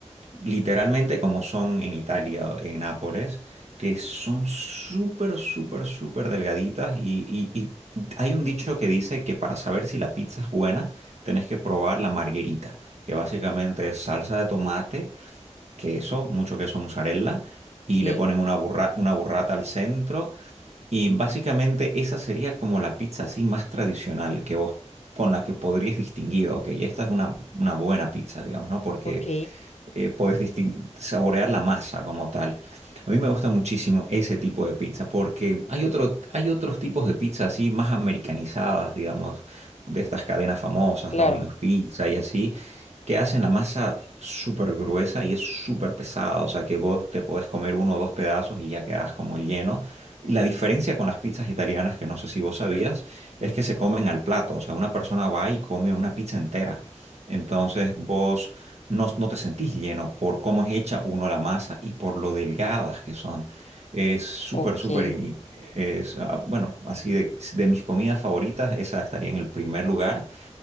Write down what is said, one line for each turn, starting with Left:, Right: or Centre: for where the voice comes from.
Right: literalmente como son en Italia, en Nápoles, que son súper, súper, súper delgaditas y, y- y hay un dicho que dice que para saber si la pizza es buena, tenés que probar la margherita, que básicamente es salsa de tomate, queso, mucho queso mozzarella, y
Left: sí,
Right: le ponen una burra- una burrata al centro. Y básicamente esa sería como la pizza así más tradicional que vos con la que podrías distinguir, ok, esta es una, una buena pizza, digamos, ¿no? Porque
Left: ok,
Right: eh, puedes distin- saborear la masa como tal. A mí me gusta muchísimo ese tipo de pizza porque hay otro, hay otros tipos de pizza así más americanizadas, digamos, de estas cadenas famosas,
Left: claro,
Right: Domino's Pizza y así, que hacen la masa súper gruesa y es súper pesada, o sea que vos te podés comer uno o dos pedazos y ya quedás como lleno. Y la diferencia con las pizzas italianas, que no sé si vos sabías, es que se comen al plato, o sea, una persona va y come una pizza entera. Entonces vos no, no te sentís lleno por cómo es hecha uno la masa y por lo delgadas que son. Es súper,
Left: ok,
Right: súper, i- es, ah, bueno, así de, de mis comidas favoritas, esa estaría en el primer lugar,